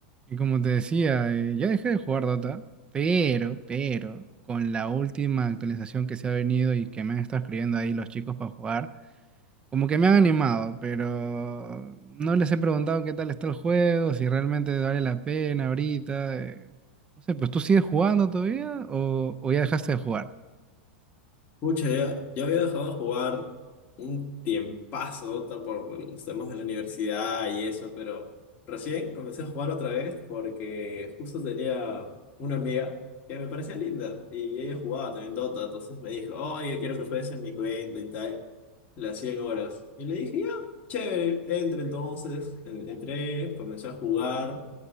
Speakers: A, on the right; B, on the left.
A: Y como te decía, eh, ya dejé de jugar Dota, pero, pero, con la última actualización que se ha venido y que me han estado escribiendo ahí los chicos para jugar, como que me han animado, pero no les he preguntado qué tal está el juego, si realmente vale la pena ahorita. eh. No sé, pues tú sigues jugando todavía o, o ya dejaste de jugar.
B: Pucha, ya, ya había dejado de jugar un tiempazo ta- por, los temas de la universidad y eso, pero recién comencé a jugar otra vez porque justo tenía una amiga que me parecía linda y ella jugaba también Dota, entonces me dijo, oye, quiero que juegues en mi cuenta y tal, las 100 horas. Y le dije, ya, chévere, entre entonces, En- entré, comencé a jugar,